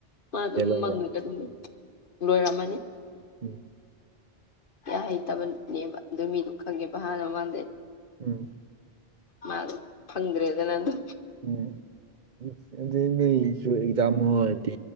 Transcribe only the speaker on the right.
ꯑꯣꯏꯔꯦ
ꯎꯝ
ꯎꯝ
ꯎꯝ ꯎꯁ ꯑꯗꯨꯗꯤ ꯅꯣꯏꯖꯨ ꯏꯛꯖꯥꯝ ꯑꯣꯏꯗꯤ